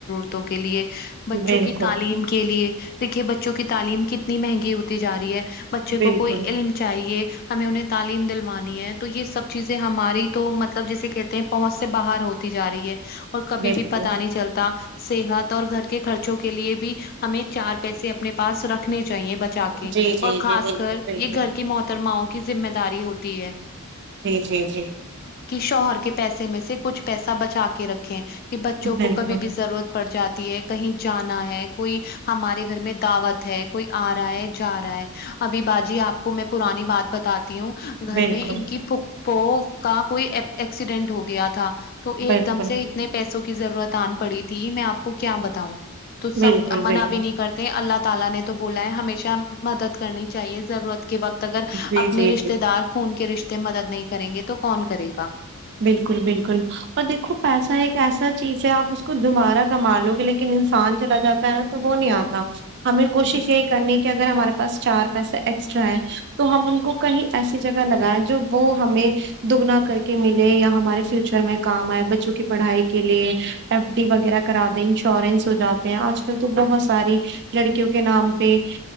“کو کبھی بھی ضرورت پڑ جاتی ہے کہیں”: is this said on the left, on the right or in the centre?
Left